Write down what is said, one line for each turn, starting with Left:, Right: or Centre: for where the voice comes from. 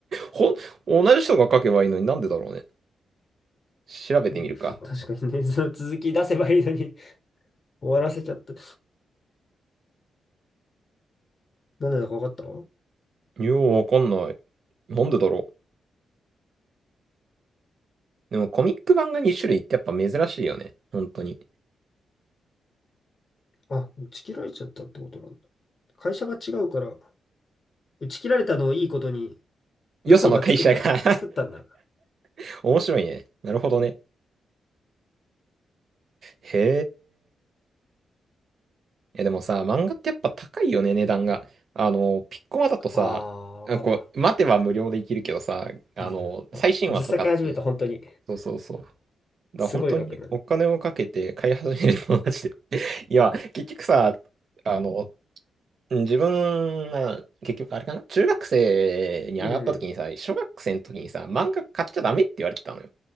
Right: ほん、同じ人が書けばいいのになんでだろうね。調べてみるか。
Left: うん、確かにね、その続き出せばいいのに <laughs> 終わらせちゃった。なんでだかわかった
Right: ようわかんない。なんでだろう。でもコミック版が2種類ってやっぱ珍しいよね。本当に。
Left: あ、打ち切られちゃったってことなんだ。会社が違うから、打ち切られたのをいいことに、
Right: よその会社が
Left: よそが作りた、作ったんだな。
Right: <laughs> 面白いね。なるほどね。へえ、でもさ、漫画ってやっぱ高いよね、値段が。あの、ピッコマだとさ、
Left: ああ、
Right: あこう、
Left: わかるわ。
Right: 待てば無料でいけるけどさ、あの、
Left: うん実際買い始めたら本当に、
Right: 最新話とかって、そうそうそう。だか
Left: すごい額になる。
Right: ら本当にお金をかけて買い始めるのマジで。<laughs> いや、結局さ、あの、自分が、結局あれかな、中学生に上がった時にさ、
Left: うん。
Right: 小学生の時にさ、漫画買っちゃダメって言われてたのよ。